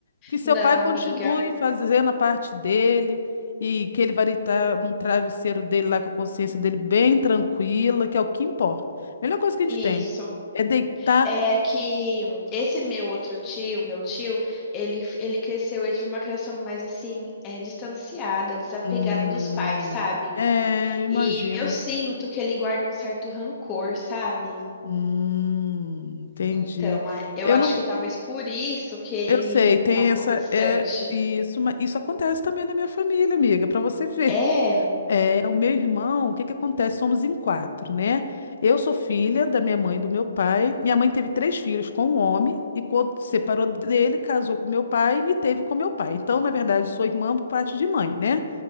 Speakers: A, on the left; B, on the left.
A: que seu
B: Não,
A: pai continue
B: amiga.
A: fazendo a parte dele e que ele vai deitar no travesseiro dele lá com a consciência dele bem tranquila, que é o que importa. Melhor coisa que a gente
B: Isso.
A: tem é deitar.
B: É que esse meu outro tio, meu tio, ele, ele cresceu, ele teve uma criação mais assim, é, distanciada, desapegada
A: Hum,
B: dos pais, sabe?
A: é, imagino.
B: E eu sinto que ele guarda um certo rancor, sabe?
A: Hum, entendi.
B: Então, a- eu
A: Eu
B: acho
A: não,
B: que talvez por isso que ele
A: eu sei, tem
B: tá um pouco
A: essa
B: distante.
A: é isso, mas isso acontece também na minha família, amiga, para você ver.
B: É,
A: É, o meu irmão, o que que acontece? Somos em quatro, né? Eu sou filha da minha mãe e do meu pai. Minha mãe teve três filhos com um homem e quando separou dele, casou com meu pai e me teve com meu pai. Então, na verdade, sou irmã por parte de mãe, né?